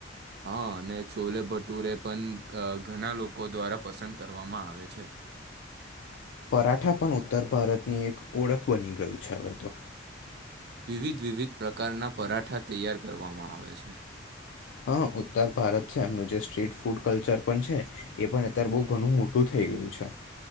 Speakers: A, on the right; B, on the left.
A: હા અને છોલે ભટુરે પણ ઘણા લોકો દ્વારા પસંદ કરવામાં આવે છે.
B: <inaudible> પરાઠા પણ ઉત્તર ભારતની એક ઓળખ બની ગયું છે હવે તો.
A: વિવિધ વિવિધ પ્રકારના પરાઠા તૈયાર કરવામાં આવે છે.
B: હા ઉત્તર ભારત છે એમનું જે સ્ટ્રીટ ફૂડ કલ્ચર પણ છે, એ પણ અત્યારે બહ ઘણું મોટું થય ગયું છે.